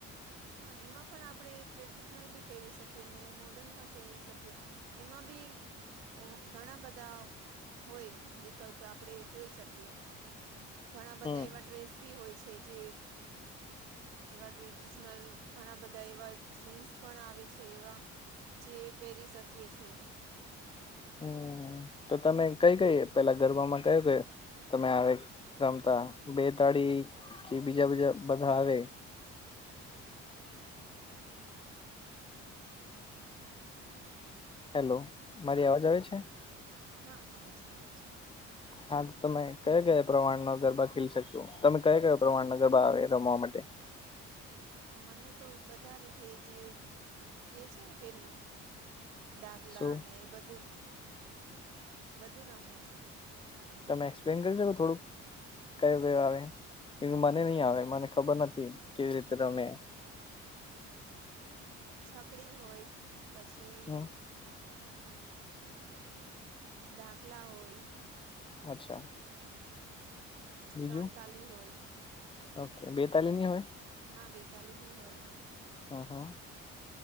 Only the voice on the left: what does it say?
હમ
હમ તો તમે કઈ કઈ પેલા ગરબામાં કયો કયો. તમે આવે રમતા બે તાળી કે બીજા બીજા બધા આવે. હેલો મારી અવાજ આવે છે.
હા તો તમે કયા કયા પ્રમાણના ગરબા ખેલી શકશો તમે કયા કયા પ્રમાણના ગરબા આવે રમવા માટે?
શું
તમે એક્સપ્લેન કરી શકો થોડુંક. કયો કયો આવે એવી મને નહ આવે મને ખબર નથી કેવી રીતે રમે.
હમ
અચ્છા!
બીજું
ઓકે બે તાલી ની હોય.
હમ હમ.